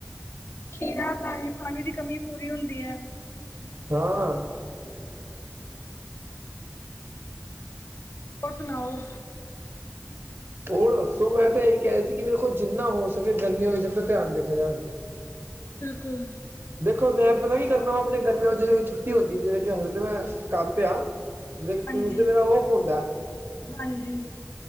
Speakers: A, on the left; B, on the right.
A: ਖੀਰਾ ਦਾ ਪਾਣੀ ਦੀ ਕਮੀ ਪੂਰੀ ਹੁੰਦੀ ਹੈ।
B: ਹਾਂ,
A: ਹੋਰ ਸੁਣਾਓ?
B: ਹੋਰ ਦੱਸੋ ਮੈਂ ਤਾਂ ਇਹੀ ਕਹਿਹਾ ਸੀ, ਕਿ ਵੇਖੋ ਜਿੰਨਾ ਹੋ ਸਕੇ ਗਰਮੀਆਂ ਵਿੱਚ ਆਪਣਾ ਧਿਆਨ ਰੱਖਿਆ ਜਾਵੇਂ
A: ਬਿਲਕੁਲ,
B: ਦੇਖੋ ਮੈਂ ਪਤਾ ਕੀ ਕਰਨਾ ਵਾ, ਆਪਣੇ ਗਰਮੀਆਂ ਵਿੱਚ ਵਿੱਚ ਛੁੱਟੀ ਹੁੰਦੀ ਜਿਵੇਂ ਕਿ ਹਲੇੇ ਤਾਂ ਮੈਂ ਕੰਮ ਤੇ ਆ। ਜਿੱਦਾਂ ਕਿ
A: ਹਾਂਜੀ
B: ਟਿਊਜ਼ਡੇ ਮੇਰਾ ਉਹ ਫੋਨਦਾ।
A: ਹਾਂਜੀ,